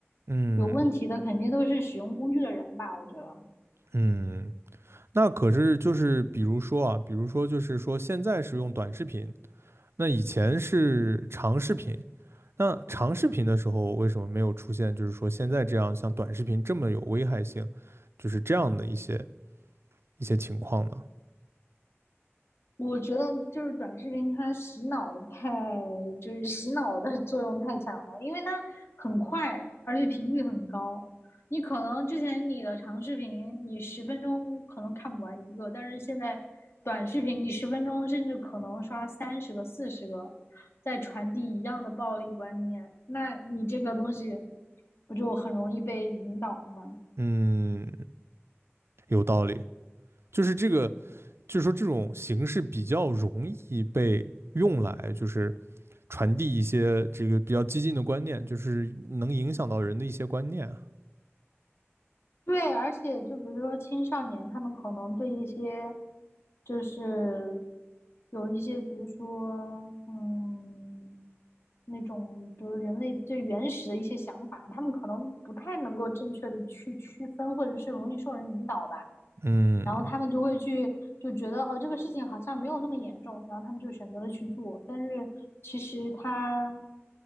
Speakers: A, on the right; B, on the left.
A: 嗯
B: 有问题的肯定都是使用工具的人吧，我觉得。
A: 嗯，那可是就是比如说啊，比如说就是说现在是用短视频。那以前是长视频，那长视频的时候为什么没有出现，就是说现在这样像短视频这么有危害性，就是这样的一些一些情况呢？
B: 我觉得就是短视频，它洗脑太，就是洗脑的作用太强了，因为它很快，而且频率很高。你可能之前你的长视频，你十分钟可能看不完一个，但是现在短视频，你十分钟甚至可能刷三十个、四十个，在传递一样的暴力观念，那你这个东西不就很容易被引导了吗？
A: 嗯，有道理，就是这个，就是说这种形式比较容易被用来就是传递一些这个比较激进的观念，就是能影响到人的一些观念啊。
B: 对，而且就比如说青少年，他们可能对一些就是有一些，比如说嗯，那种比如人类最原始的一些想法，他们可能不太能够正确的去区分，或者是容易受人引导吧。
A: 嗯
B: 然后他们就会去就觉得哦，这个事情好像没有那么严重，然后他们就选择了去做，但是其实他